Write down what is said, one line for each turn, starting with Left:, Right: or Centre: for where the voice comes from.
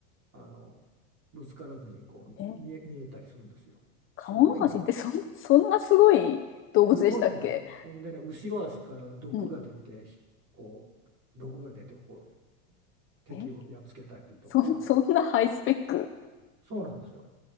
Right: あのぶつからずにこう見え、
Left: え
Right: 見えたりするんですよ。
Left: カモノハシってそん、
Right: すごいんだから。
Left: <laughs> そんなすごい動物でしたっけ
Right: すごいんですよ。ほんでね、後ろ足から毒が出て、
Left: うん。
Right: ひこう、毒が出て、こう、敵をやっつけたりとか、
Left: えそん、そんなハイスペック。
Right: そうなんですよ。